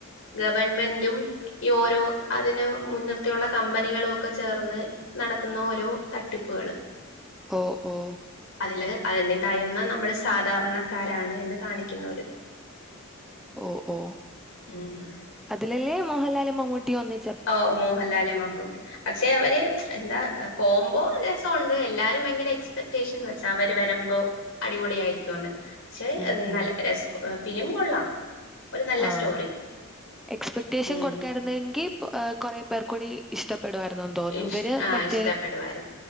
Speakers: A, on the left; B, in the centre.
A: ഗവൺമെന്റും ഈ ഓരോ അതിന് മുൻനിർത്തിയുള്ള കമ്പനികളൊക്കെ ചേർന്ന്- നടത്തുന്ന ഓരോ തട്ടിപ്പുകള്
B: ഓ ഓ
A: അതില് അതില്ലെ തായുന്ന നമ്മളെ സ് സാധാരണക്കാരാണ് എന്ന് കാണിക്കുന്നൊരിത്.
B: ഓ ഓ
A: ഉം
B: അതിലല്ലേ മോഹൻലാലും മമ്മൂട്ടി ഒന്നി
A: ഓ മോഹൻലാലും മമ്മൂട്ടി പക്ഷെ അവര് എന്താ കോംമ്പോ രസോണ്ട് എല്ലാരും ഭയങ്കര എക്സ്പെക്ടേഷൻ വെച്ചാ അവർ വരുമ്പോ അടിപൊളിയായിരിക്കോന്ന് പക്ഷെ
B: ഉം ഉം
A: നല്ല രസൊ ഫിലിം കൊള്ളാം. ഒരു നല്ല
B: ആഹ്
A: സ്റ്റോറി
B: എക്സ്പെക്ടേഷൻ
A: ഉം
B: കൊടുക്കാരുന്നെങ്കി കൊറേ പേർകൂടി ഇഷ്ടപ്പെ പെടുവാര്ന്നെന്ന് തോന്നുന്നു
A: ഇഷ്
B: ഇവര്
A: ആഹ്
B: മറ്റേ
A: ഇഷ്ടപ്പെടുവായിരുന്നു